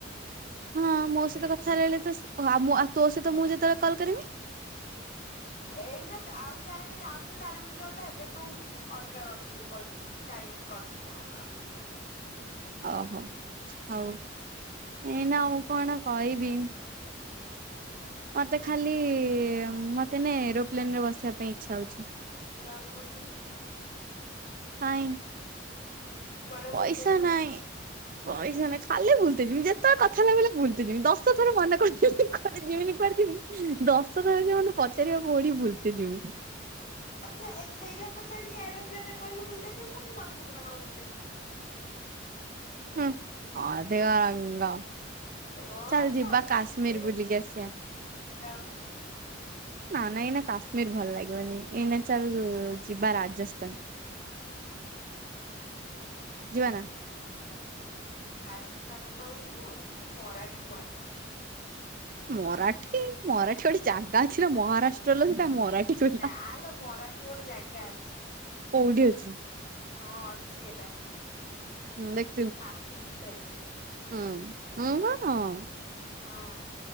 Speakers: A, on the right (about 45°); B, on the left (about 45°).
A: ହଁ ମୋ ସହିତ
B: ଏ
A: କଥା ହେଲା ଳେ ତ ହଁ ମୋ ତୋ ସହିତ ମୁଁ ଯେତେବେଳେ କଲ୍ କରମି?
B: ଏଇନା ଆଉ ଚାରି ମିନିଟ ଆଉ ତ ଚାରି ମିନିଟ୍ ରହିଲା ଏବେ ତୁ ଅଲଗା କଥା କିଛି କହିଦେ ଚାରି ମିନିଟ କଟିଯିବ ଆମର।
A: ଓହୋ ହଉ, ଏଇନା ମୁଉ
B: ହୁଁ
A: କଣ କହିବି? ମୋତେ ଖାଲି ମୋତେ ନ ଏରୋପ୍ଲେନରେ ବସିବା ପାଇଁ ଇଚ୍ଛା ହେଉଛି।
B: ଯାଉନୁ ବସିବୁ।
A: ନାଇଁ
B: <inaudible> କୁଆଡେ
A: ପଇସା
B: ବୁଲିତେ ଯିବୁ
A: ନାଇଁ
B: ନା କଣ?
A: ପଇସା ନାଇଁ ଖାଲି ବୁଲିତେ ଯିବି ଯେତେଳେ କଥା ହେଲବେଲେ ବୁଲିତେ ଯିବି ଦଶ ଥର ମନେ କରୁଚି କୁଆଡେ ଯିବିନି କୁଆଡେ ଯିବିନି। ଦଶ ଥର ସେ ମତେ ପଚାରିବ କଉଠି ଭୁଲତେ ଯିବୁ?
B: ଆଚ୍ଛା ଏଇ ସେଇଟା ପଚାରିନି ଏରୋପ୍ଲେନ ରେ କିଇଲୁ ବୁଲତେ ଯିବୁ ମୁଁନି କୁଆଡେ ଯିବୁ ନା କଣ ବୁଲତେ?
A: ହୁଁ ଅଦେ
B: ହୁଁ
A: ଆ ରଙ୍ଗ
B: ତୋର
A: ଚାଲ
B: ତ
A: ଯିିବା
B: ଅଧିକ
A: କାଶ୍ମୀର
B: ଫୁଲେଇ ଗୋଟେ
A: ଭୁଲିକି ଆସିବା।
B: ଯାଉନୁ।
A: ନା ନା ଏନା କାଶ୍ମୀର ଭଲ ଲାଗିବନି ଏଇନା ଚାଲ ଯିବା ରାଜସ୍ଥାନ।
B: <inaudible>
A: ଯିବାନା?
B: ରାଜସ୍ଥାନରେ କମେ ଯିବୁ ତୁ ମରାଠି ପଳା।
A: ମରାଠି ମରାଠି ଗୋଟେ ଜାଗା ଅଛି ନା ମହାରାଷ୍ଟ୍ରର ସେଟା ମରାଠୀ। କହିଲା
B: ନାଲୋ ମରାଠି ଗୋଟେ ଜାଗା ଅଛି,
A: କୋଉଠି ଅଛି
B: ହଁ ଅଛି ଏଟା।
A: ହୁଁ ଦେଖ।
B: ମାଟି ଭିତରେ।
A: ହୁଁ ହୁଁ ବା ହୁଁ।
B: ହଁ।